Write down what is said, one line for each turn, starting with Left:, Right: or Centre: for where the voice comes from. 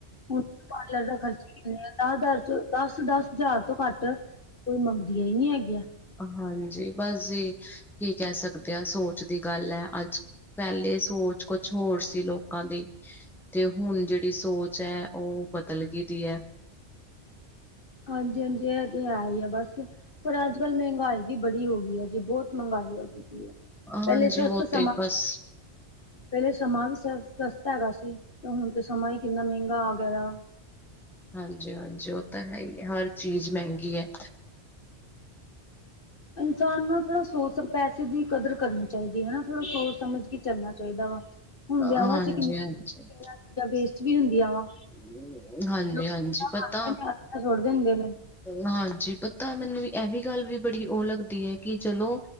Left: ਹੁਣ ਪਾਰਲਰ ਦਾ ਖਰਚ ਈ ਕਿੰਨੇ ਨਾ ਦਸ। ਦੱਸ- ਦੱਸ ਹਜ਼ਾਰ ਤੋਂ ਘੱਟ ਕੋਈ ਮੰਦੀਆਂ ਹੀ ਨੀ ਹੈਗੀਆਂ।
Centre: ਹਾਂਜੀ ਬਸ ਜੀ ਕੀ ਕਹਿ ਸਕਦੇ ਆ ਸੋਚ ਦੀ ਗੱਲ ਹੈ ਅੱਜ। ਪਹਿਲੇ ਸੋਚ ਕੁਛ ਹੋਰ ਸੀ ਲੋਕਾਂ ਦੀ। ਤੇ ਹੁਣ ਜਿਹੜੀ ਸੋਚ ਹੈ ਉਹ ਬਦਲ ਗਈ ਦੀ ਹੈ।
Left: ਹਾਂਜੀ-ਹਾਂਜੀ ਇਹ ਤੇ ਹੈ ਹੀ ਆ ਬਸ ਪਰ ਅੱਜ ਕੱਲ ਮਹਿੰਗਾਈ ਵੀ ਬੜੀ ਹੋ ਗਈ ਹੈ ਜੀ ਬਹੁਤ ਮਹਿੰਗਾਈ ਕੀਤੀ ਹੈ ਪਹਿਲੇ
Centre: ਹਾਂਜੀ
Left: ਸਸਤ
Centre: ਉਹ
Left: ਸਮਾ
Centre: ਤੇ ਬਸ
Left: ਪਹਿਲੇ ਸਮਾਂ ਵੀ ਸਸਤਾ ਹੈਗਾ ਸੀ ਤੇ ਹੁਣ ਤਾਂ ਸਮਾਂ ਹੀ ਕਿੰਨਾ ਮਹਿੰਗਾ ਆ ਗਿਆ।
Centre: ਹਾਂਜੀ-ਹਾਂਜੀ ਉਹ ਤਾਂ ਹੈ ਹੀ ਹਰ ਚੀਜ਼ ਮਹਿੰਗੀ ਹੈ।
Left: ਇਨਸਾਨ ਨੂੰ ਨਾ ਥੋੜ੍ਹਾ ਸੋਚ ਪੈਸੇ ਦੀ ਕਦਰ ਕਰਨੀ ਚਾਹੀਦੀ ਹੈ ਹਨਾ ਥੋੜਾ ਸੋਚ ਸਮਝ ਕੇ ਚੱਲਣਾ ਚਾਹੀਦਾ ਵਾ। ਹੁਣ ਵਿਆਹਾਂ
Centre: ਹਾਂਜੀ
Left: ਚ ਕਿੰਨੀ
Centre: ਹਾਂਜੀ
Left: ਚੀਜਾ ਵੇਸਟ ਵੀ ਹੁੰਦੀਆਂ ਵਾ।
Centre: <unintelligible> ਹਾਂਜੀ-ਹਾਂਜੀ
Left: ਲੋਕੀ ਅੱਧਾ
Centre: ਪਤਾ
Left: ਖਾਂਦੇ ਨੇ ਅੱਧਾ ਸੁੱਟ ਦਿੰਦੇ ਨੇ
Centre: ਹਾਂਜੀ ਪਤਾ ਮੈਨੂੰ ਇਹ ਵੀ ਗੱਲ ਵੀ ਬੜੀ ਉਹ ਲੱਗਦੀ ਹੈ ਕਿ ਚਲੋ